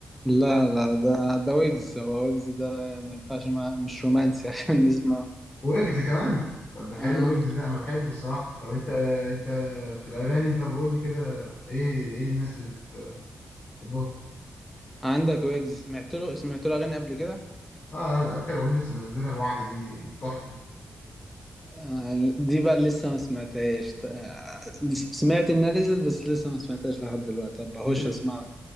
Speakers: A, in the centre; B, on the left.
A: لا لا ده ده ويجز هو ويجز ده ما ينفعش ما مش رومانسي <laughs> عشان نسمع
B: ويجز كمان طب ده حلو
A: آه.
B: ويجز ده انا بحبه الصراحه طب انت انت في الاغاني طب قول لي كده ايه ايه الناس اللي بتحبهم
A: عندك ويجز سمعت له سمعت له اغاني قبل كده
B: اه ده اخر اغنيه لسه منزلها الوعد دي تحفه
A: آه. دي بقى لسه ما سمعتهاش آه. سمعت انها نزلت بس لسه ما سمعتهاش لحد دلوقتي طب بخش
B: ل-
A: اسمعها